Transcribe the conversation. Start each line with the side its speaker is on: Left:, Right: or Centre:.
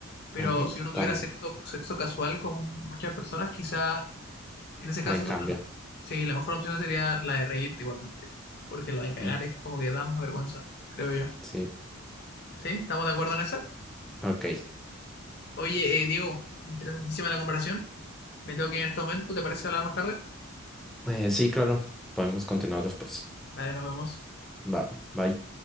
Left: Pero
Centre: Ujú,
Left: si uno tuviera
Centre: también,
Left: sexo, sexo casual con muchas personas, quizás en ese caso,
Centre: ahí cambia.
Left: la, me- sí, la mejor opción sería la de reírte igualmente. Porque la de cagar
Centre: Mm,
Left: es como que da más vergüenza, creo yo.
Centre: sí,
Left: ¿Sí? ¿Estamos de acuerdo en esa?
Centre: ok.
Left: Oye, eh, Diego, interesantísima la conversación. Me tengo que ir en este momento, ¿te parece hablar más tarde?
Centre: Eh, sí, claro, podemos continuar después.
Left: Dale, nos vemos.
Centre: Va, bye.